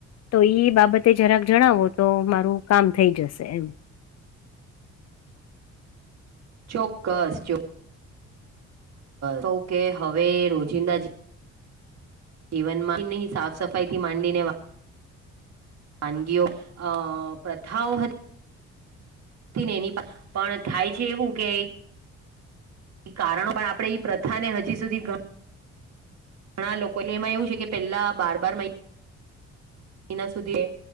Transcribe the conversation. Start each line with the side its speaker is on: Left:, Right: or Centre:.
Left: તો ઈ બાબતે જરાક જણાવો તો મારું કામ થઈ જશે એમ
Right: ચોક્કસ ચોક્કસ કે હવે રોજિંદા જી જીવનમાં નહીં સાફ સફાઈ થી માંડીને વા વાનગીઓ અ પ્રથાઓ હતી. ની એની પણ થાય છે એવું કે કારણો પણ આપણે ઈ પ્રથા ને હજી સુધી ઘણા લોકો ને એમાં એવું છે કે પેલા બાર બાર એના સુધી